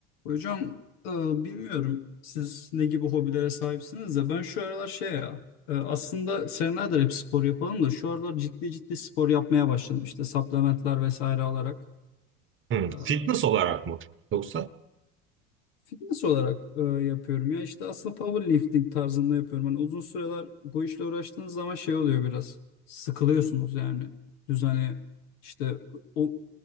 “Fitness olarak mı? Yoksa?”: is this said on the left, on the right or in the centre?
Right